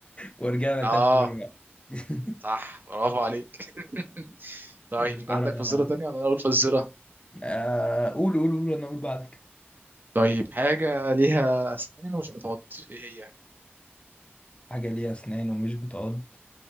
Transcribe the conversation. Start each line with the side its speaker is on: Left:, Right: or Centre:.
Left: ورجعنا
Right: اه
Left: تاني للرجعة <laughs>
Right: صح برافو عليك <laughs> طيب
Left: يا ترى
Right: عندك فزورة تانية ولا أنا أقول فزورة؟
Left: آه، قول قول قول انا اقول بعدك
Right: طيب حاجة ليها أسنان ومش بتعض إيه هي؟
Left: حاجة ليها اسنان ومش بتعض